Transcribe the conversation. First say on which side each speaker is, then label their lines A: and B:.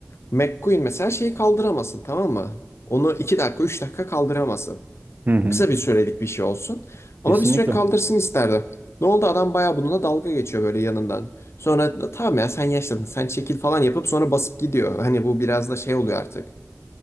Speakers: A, on the left; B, on the right.
A: McQueen mesela şeyi kaldıramasın tamam mı? Onu 2 dakika 3 dakika kaldıramasın.
B: Hı hı.
A: Kısa bir sürelik bir şey olsun.
B: Kesinlikle.
A: Ama bir süre kaldırsın isterdi. Ne oldu adam bayağı bununla dalga geçiyor böyle yanından. Sonra tamam ya sen yaşlandın sen çekil falan yapıp sonra basıp gidiyor. Hani bu biraz da şey oluyor artık.